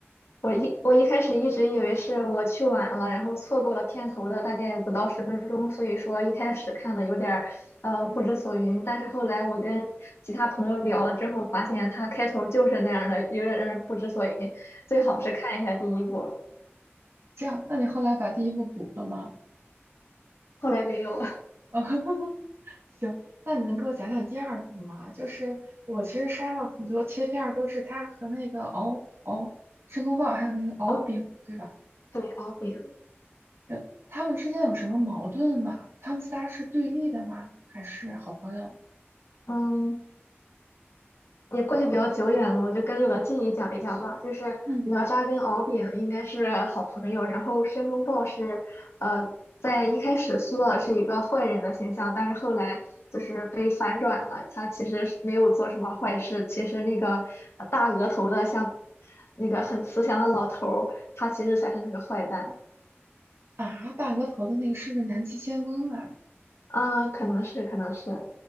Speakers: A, on the left (about 70°); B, on the right (about 70°).
A: 我一我一开始一直以为是我去晚了，然后错过了片头的大概不到十分钟，所以说一开始看的有点儿呃不知所云。
B: 嗯，
A: 但是后来我跟其他朋友聊了之后，发现它开头就是那样的，有点让人不知所云。最好是看一下第一部，
B: 这样，那你后来把第一部补了吗？
A: 后来没有了。<laughs>
B: <laughs> 行，那你能给我讲讲第二部吗？就是我其实刷到很多切片儿，都是他和那个敖敖申公豹，还有那个敖丙，
A: 敖
B: 对吧？
A: 对敖丙，
B: 人他们之间有什么矛盾吗？他们仨是对立的吗？还是好朋友？
A: 嗯，也过去比较久远了，我就跟据我的记忆讲一讲吧。就是哪吒跟敖丙应该是好朋友，
B: 嗯
A: 然后申公豹是，呃，在一开始塑造的是一个坏人的形象，但是后来就是被反转了，他其实是没有做什么坏事，其实那个呃大额头的像那个很慈祥的老头儿，他其实才是那个坏蛋
B: 啊，大额头的那个是不是南极仙翁啊？
A: 啊，可能是，可能是，